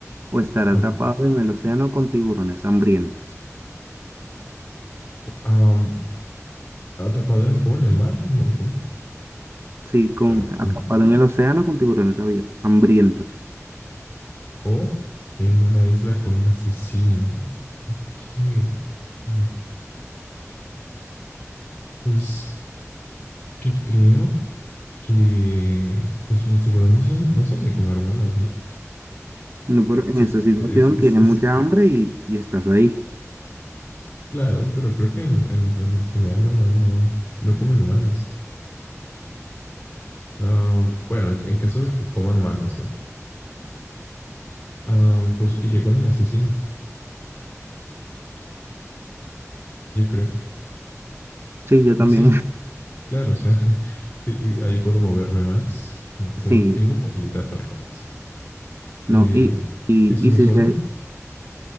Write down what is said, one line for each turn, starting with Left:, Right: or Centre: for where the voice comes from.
Right: o estar atrapado
Left: Oh,
Right: en el océano con tiburones hambrientos?
Left: am, ¿atrapado en, cómo, en el mar? ¿O cómo?
Right: Sí, con
Left: Bueno,
Right: atrapado
Left: en-
Right: en el océano con tiburones abiertos, hambrientos.
Left: o en una isla con un asesino. Ok. Mm, Pues yo creo que pues los tiburones son, no son de comer humanos, ¿no?
Right: No, pero en
Left: Sí,
Right: esa situación
Left: es, es,
Right: tienes
Left: es,
Right: mucha
Left: es-
Right: hambre y, y estás ahí.
Left: claro, pero creo que en, en- en general no, no, no comen humanas. Ah, bueno, en, en caso de que coman humanos, o sea, ah, pues iría con el asesino, yo creo.
Right: Sí, yo también.
Left: No sé, en-
Right: <laughs>
Left: claro, o sea, <laughs> te- ahí puedo moverme más. Tengo,
Right: Sí,
Left: tengo movilidad para comenzar.
Right: no,
Left: Eh,
Right: y, y,
Left: ¿es uno
Right: y si
Left: solo?
Right: se,